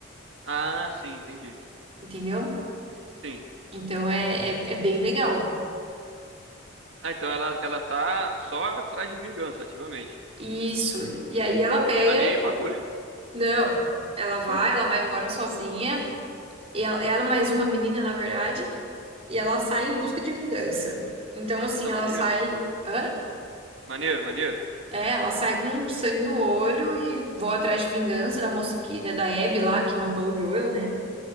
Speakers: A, on the right (about 80°); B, on the right (about 35°).
A: Ah, sim, entendi.
B: entendeu?
A: Sim.
B: Então é, é, é bem legal.
A: Ah, então ela, ela tá só atrás de vingança, ativamente.
B: Isso. E aí ela
A: Não,
B: pega.
A: não tá nem aí
B: e-
A: pra cura.
B: Não, ela vai,
A: <laughs>
B: ela vai embora sozinha. E ela, ela mais uma menina, na verdade. E ela sai em busca de vingança. Então, assim,
A: Ah,
B: ela
A: maneiro.
B: sai. Hã?
A: Maneiro, maneiro.
B: É, ela sai com sangue no olho e voa atrás de vingança da moça que, né, da Abby lá, que matou o Joel, né?